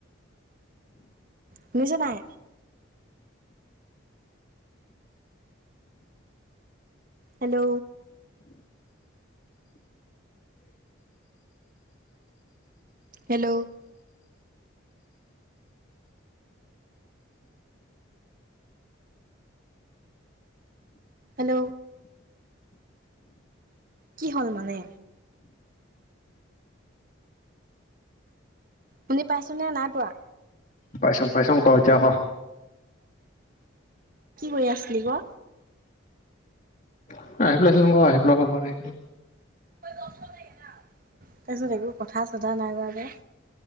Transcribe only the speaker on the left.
পাইছোং, পাইছোং ক এতিয়া ক'।
<unintelligible>